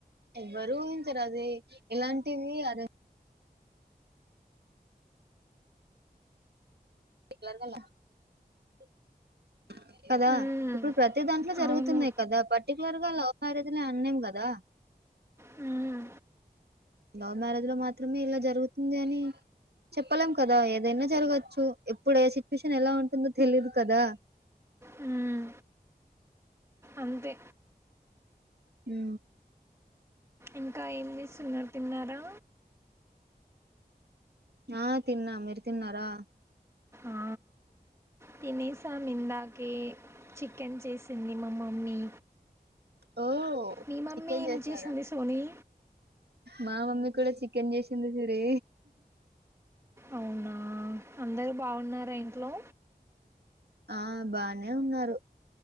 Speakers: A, on the right; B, on the right.
A: ఎవ్వరు ఊ ఇంతరు అది ఇలాంటివి అర <inaudible> కదా
B: హ్మ్.
A: ఇప్పుడు ప్రతి దాంట్లో జరుగుతున్నాయి
B: అవును.
A: కదా బట్ పర్టిలర్గా లవ్ మ్యారేజ్ నీ అనలేం కదా
B: హ్మ్.
A: లవ్ మ్యారేజ్ లో మాత్రమే ఇలా జరుగుతుంది అని చెప్పలేం కదా ఏదైనా జరగచ్చు ఎప్పుడ ఏ సిచ్యువేషన్ ఎలా ఉంటుందో తెలీయదు కదా
B: హ్మ్. అంతే
A: ఆ
B: ఇంకా ఏం చేస్తుంనారు తిన్నారా
A: ఆ తిన్నా మీరు తిన్నారా
B: ఆ తినసా ఇందాకే చికెన్ చేసింది మా మమ్మీ
A: ఓ
B: మీ మమ్మీ
A: చికెన్
B: ఏం
A: చేసారా
B: చేసింది సోని?
A: మా మమ్మీ కూడా చికెన్ చేసింది హోరీ
B: అవునా అందరూ బాగున్నారా ఇంట్లో
A: ఆ బానే ఉన్నారు